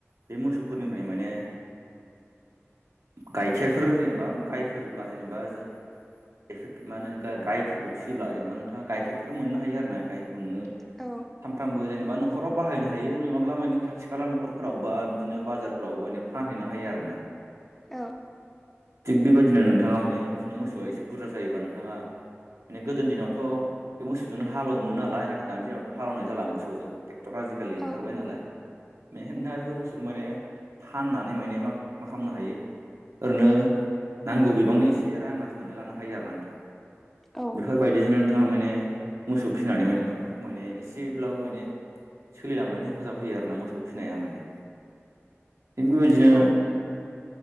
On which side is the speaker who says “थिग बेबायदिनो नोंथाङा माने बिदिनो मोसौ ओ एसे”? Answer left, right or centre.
Right